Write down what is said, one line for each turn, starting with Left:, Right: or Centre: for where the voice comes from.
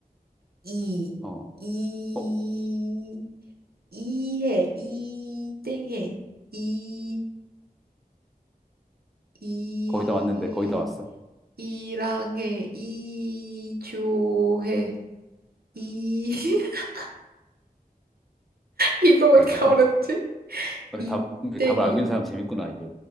Right: 이,
Centre: 어,
Right: 이,
Centre: 어,
Right: 이해, 이땡해, 이, 이,
Centre: 거의 다 왔는데, 거의 다 왔어.
Right: 이랑해, 이조해, 이, <laughs> 이거 왜
Centre: 아,
Right: 이렇게
Centre: 이렇게,
Right: 어렵지?
Centre: 어,
Right: 이땡해,
Centre: 답, 답을 알고 있는 사람 재밌구나, 이게.